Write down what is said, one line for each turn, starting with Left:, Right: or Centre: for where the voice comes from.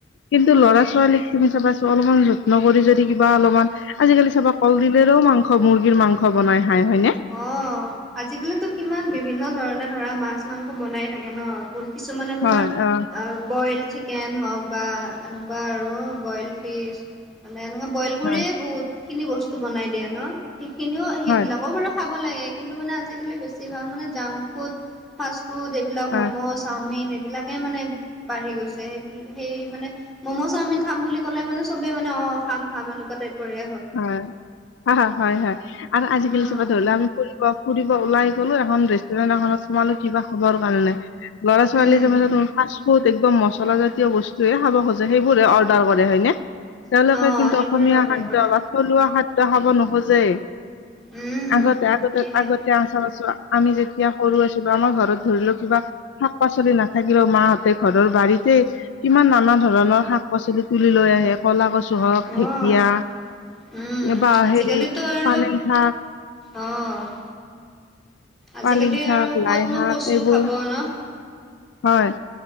Left: কিন্তু ল'ৰা ছোৱালীক তুমি চাবাছো অলপমান যত্ন কৰি যদি কিবা অলপমান আজিকালি চাবা কলডিলেৰেও মাংস মুৰ্গীৰ মাংস বনাই খাই হয়নে?
Centre: অ', আজিকালিতো কিমান বিভিন্ন ধৰণে ধৰা মাছ মাংস বনাই থাকে ন। কিছুমানে তোমাৰ
Left: হয় অ
Centre: আ বইল চিক- চিকেন হওক বা এনেকুৱা আৰু বইল ফিচ মানে এনেকুৱা বইল কৰিয়েই
Left: হয়
Centre: বহুত খিনি বস্তু বনাই দিয়ে ন সেইখিনিও সেইবিলাকও
Left: হয়
Centre: বাৰু খাব লাগে। কিন্তু মানে আজিকালি বেছিভাগ মানে জাংক ফুড, ফাষ্ট ফুড এইবিলাক
Left: হয়
Centre: ম'মজ চাওমিন এইবিলাকে মানে বাঢ়ি গৈছে সেইবিল- সেই মানে ম'ম চাওমিন খাম বুলি ক'লে মানে চবে মানে অ' খাম খাম এনেকুৱা টাইপৰে।
Left: হয় হয় হয় হয় আৰু আজিকালি
Centre: উম,
Left: চাবা ধৰি লা আমি ফুৰিব ফুৰিব ওলাই গলোঁ। এখন, ৰেষ্টুৰেন্ট এখনত সোমালোঁ কিবা খাবৰ কাৰণে। ল'ৰা -ছোৱালী
Centre: উম।
Left: <unintelligible> ফাষ্টফুড, একদম মছলাজাতীয় বস্তুৱে খাব খোজে। সেইবোৰে অৰ্ডাৰ কৰে হয়নে? তেওঁলোকে
Centre: অ',
Left: কিন্তু
Centre: সেইবোৰে
Left: অসমীয়া
Centre: অৰ্ডাৰ
Left: খাদ্য
Centre: কৰা
Left: বা থলুৱা খাদ্য খাব নোখোজেই
Centre: উম,
Left: আগতে আগতে
Centre: সেয়াই
Left: আগতে আচা বছৰ আমি যেতিয়া সৰু আছিলো আমাৰ ঘৰত ধৰি লও কিবা শাক -পাচলি নাথাকিলেও, মাহঁতে ঘৰৰ বাৰীতে কিমান নানা ধৰণৰ শাক- পাচলি তুলি লৈ আহে, কলা কচু হওঁক,
Centre: অ',
Left: ঢেকীয়া।
Centre: উম!
Left: বা
Centre: আজিকালি
Left: হেৰি
Centre: ত' আৰু
Left: পালেং শাক
Centre: অ'! আজিকালি
Left: পালেং শাক
Centre: আৰু
Left: লাই
Centre: ক'তনো
Left: শাক
Centre: কচু
Left: এইবোৰ
Centre: খাব ন'?
Left: হয়